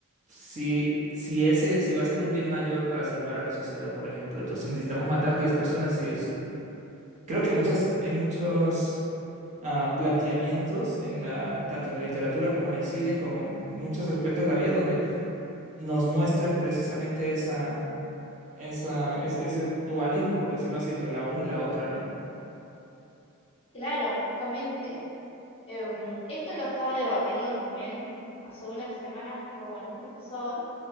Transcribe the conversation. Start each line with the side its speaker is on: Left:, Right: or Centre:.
Right: Si, si ese, si va a ser un bien mayor para salvar a la sociedad, por ejemplo, entonces necesitamos matar 10 personas sí o sí. Creo que muchas, hay muchos ah, planteamientos en la, tanto en la literatura como en el cine, como en, en muchos aspectos de la vida, donde nos muestran precisamente esa, esa, es- ese dualismo, por decirlo así, entre la una y la otra, ¿no?
Left: Claro, justamente. Em, esto lo estaba debatiendo también hace unas semanas con un profesor